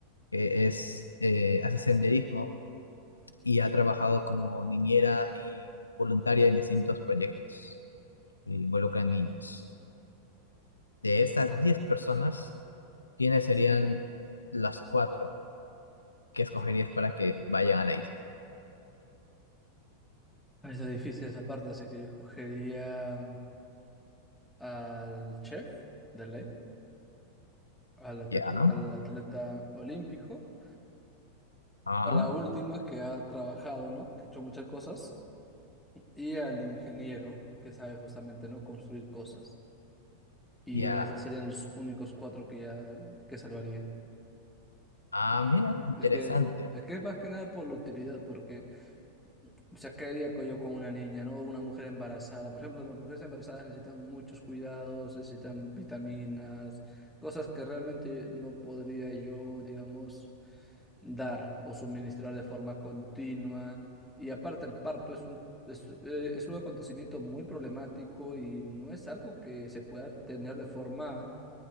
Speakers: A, on the left (about 80°); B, in the centre.
A: que es, eh, hace senderismo y ha trabajado como niñera y voluntaria en distintos proyectos que involucran niños. De estas 10 personas, ¿quiénes serían las cuatro que escogerías para que vayan a la isla?
B: Está difícil esa parte, así que yo escogería al chef de ley, al, atleta-
A: Ya, ¿no?
B: al atleta olímpico,
A: Ah,
B: a la última que ha trabajado, ¿no? Que ha hecho muchas cosas, y al ingeniero que sabe justamente, ¿no? Construir cosas. Y
A: ya.
B: esos serían los únicos cuatro que ya que salvaría.
A: Ah, mira, interesante.
B: Es que, es que es más que nada por la utilidad, porque o sea, ¿qué haría co- yo con una niña, ¿no? O una mujer embarazada. Por ejemplo, las mujeres embarazadas necesitan muchos cuidados, necesitan vitaminas, cosas que realmente no podría yo, digamos, dar o suministrar de forma continua. Y aparte, el parto es un, es, eh, es un acontecimiento muy problemático y no es algo que se pueda tener de forma